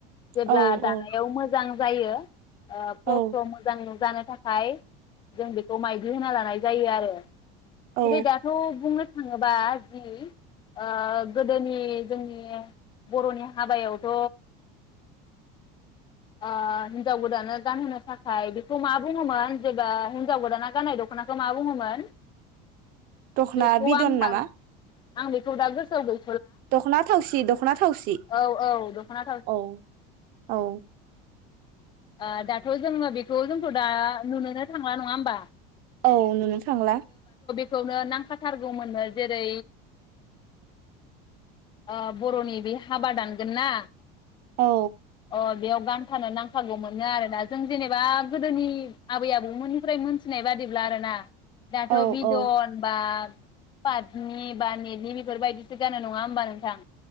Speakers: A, on the left; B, on the right.
A: जेब्ला
B: औ
A: दानायाव
B: औ
A: मोजां जायो ओ फ्राव
B: औ
A: फ्राव मोजाङैनो जानाय थाखाय जों बेखौ माइदि होना लानाय जायो आरो
B: औ
A: जेरै दाथ बुंनो थाङोबा जि ओ गोदोनि जोंनि बरनि हाबायावथ ओ हिन्जाव गोदानानो गानहोनो थाखाय बेखौ मा बुङोमोन जेबा हिनजाव गोदाना गाननाय दखनाखौ मा बुङोमोन
B: दखना
A: बेखौ
B: बिदन
A: आं मान
B: नामा
A: आं बेखौ दा गोसोआव गै
B: दखना थावसि दखना थावसि
A: औ औ दख'ना
B: औ औ
A: ओह दाथ जोंङो बेखौ जोंथ दा नुनो <unintelligible> थांला नङा होमबा
B: औ नुनो थांला
A: खौनो नांखाथारगौमोननो जेरै ओ बरनि बे हाबा दानगोन ना
B: औ
A: अ <unintelligible> बान्थानो नांखागौ मोनो आरोना जों जेनेबा गोदोनि आबै आबौमोननिफ्राय मोनथिनाय बादिब्ला आरो ना दाथ
B: औ
A: बिदन
B: औ
A: बा पाटनि बा नेटलि बेफोरबायदिसो गानो नङा होमबा नोंथां